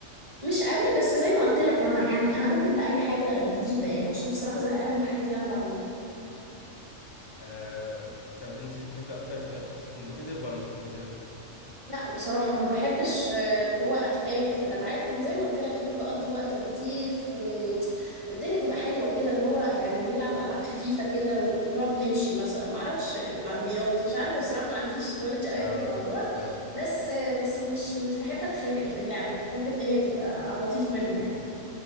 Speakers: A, on the right; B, on the left.
A: مش قوي بس زي ما قلت لك انا يعني انا اوبن لاي حاجة جديدة يعني عشان بصراحة زهقانة
B: مم.
A: من الحاجات اللي انا بعملها
B: آه طب انت بتحبي اكتر كشخص كومبيتيتيف ولا مش كومبيتيتيف
A: لا بصراحة ما بحبش آه، اللي هو اتخانق في الالعاب لان زي ما قلت لك اللي هو بقضي وقت لطيف و... والدنيا تبقى حلوة كده اللي هو يعني نلعب العاب خفيفة كده ونقعد نمشي مثلا ما اعرفش آه، عربيات مش عارفة بصراحة ما عنديش نولج قوي
B: اه
A: في الموضوع
B: فاهم
A: بس آه، بس مش مش بحب اتخانق في اللعب بحب الدنيا تبقى على اللطيف منه يعني